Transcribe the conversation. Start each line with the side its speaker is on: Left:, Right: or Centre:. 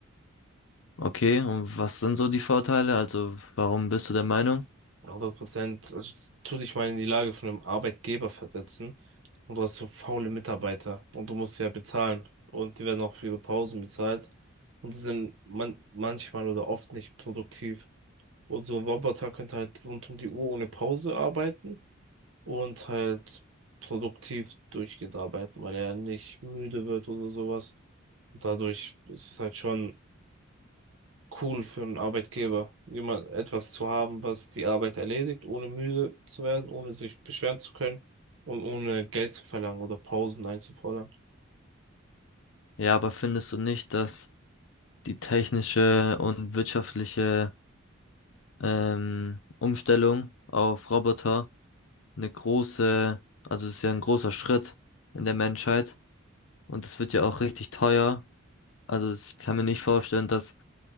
Left: Okay, und was sind so die Vorteile? Also, warum bist du der Meinung?
Right: 100%. Also tu dich mal in die Lage von einem Arbeitgeber versetzen und du hast so faule Mitarbeiter und du musst ja bezahlen und die werden auch für ihre Pausen bezahlt und die sind man manchmal oder oft nicht produktiv. Und so ein Roboter könnte halt rund um die Uhr ohne Pause arbeiten und halt produktiv durchgehend arbeiten, weil er nicht müde wird oder sowas. Und dadurch ist es halt schon cool für einen Arbeitgeber, jemand etwas zu haben, was die Arbeit erledigt, ohne müde zu werden, ohne sich beschweren zu können und ohne Geld zu verlangen oder Pausen einzufordern.
Left: Ja, aber findest du nicht, dass die technische und wirtschaftliche ähm, Umstellung auf Roboter eine große, also es ist ja ein großer Schritt in der Menschheit und es wird ja auch richtig teuer Also ich kann mir nicht vorstellen, dass